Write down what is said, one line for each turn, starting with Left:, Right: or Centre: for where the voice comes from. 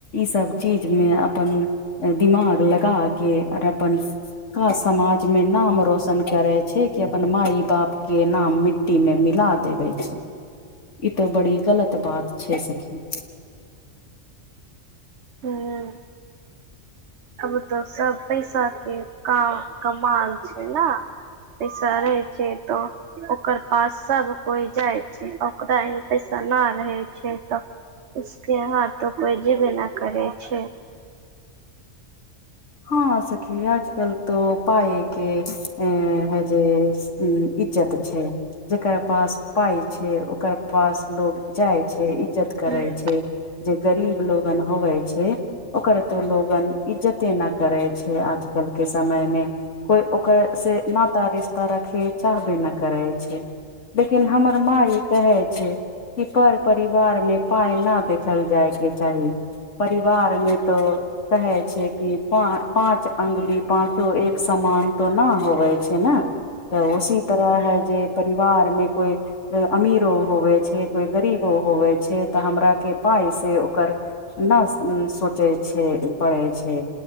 Left: ईसभ चीजमे अपन दिमाग लगा के अर अपन <unintelligible> समाज मे नाम रोशन करे छै कि अपन माय बापके नाम मिट्टीमे मिला देबै छै ई तो बड़ी गलत बात छै सखी
Right: ह अब तऽ सब पैसा के काम कमाल छै ने पैसा रहे छै त ओकर पास सब कोइ जाइ छै ओकरा ही पैसा नहि रहै छै तऽ उसके यहा तो कोई जेवे न करे छै
Left: हँ सखी आजकल तो पायके अ हे जेे उम्म इज्जत छै जेकर पास पाइ छै ओकर पास लोग जाइ छै इज्जत करै
Right: हूँ
Left: छै जे गरीब लोगन होवै छै ओकर तो लोगन इज्जते न करे छै आजकल के समयमे कोए ओकर से नाता रिसता राखेत चाहबे नहि करै छै लेकिन
Right: हूँ
Left: हमर माँ ई कहै छै कि पर परिवारमे पाय न देखल जाय के चाही परिवार मे तो कहे छै कि प पाँच अंगुली पाचो एक समान तो न होवे छै ने तऽ उसी तरह है जे परिवार मे कोइ अमीरो होवे छै कोइ गरीबो होवे छै तऽ हमरा के पाइ से ओकर <unintelligible> सोचै छै पढ़ै छै